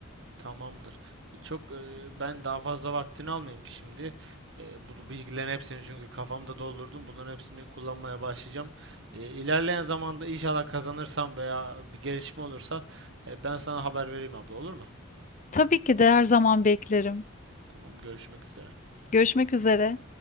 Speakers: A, on the right; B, on the left.
A: Tamamdır. E, Çok e, ben daha fazla vaktini almayayım şimdi. E, bu bilgilerin hepsini çünkü kafamda doldurdum. Bunların hepsini kullanmaya başlayacağım. E, ilerleyen zamanda inşallah kazanırsam veya bir gelişme olursa e, ben sana haber vereyim abla olur mu?
B: Tabii ki de her zaman beklerim.
A: Tamam görüşmek üzere.
B: Görüşmek üzere.